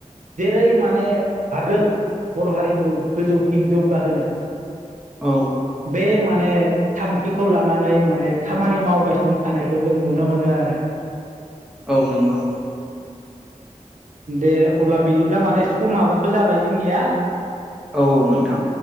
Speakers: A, on the right; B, in the centre.
A: जेरै माने हागोन बर' हारिखौ गोजौथिं जौगाहोनो
B: औ
A: बे माने थांखिखौ लानानै माने खामानि मावगासिनो थानायखौ जों नुनो मोनो आरो
B: औ नंगौ
A: दे अब्ला बिदिब्ला माने समाबोथ' जाबाय जोंनिया
B: औ नोंथां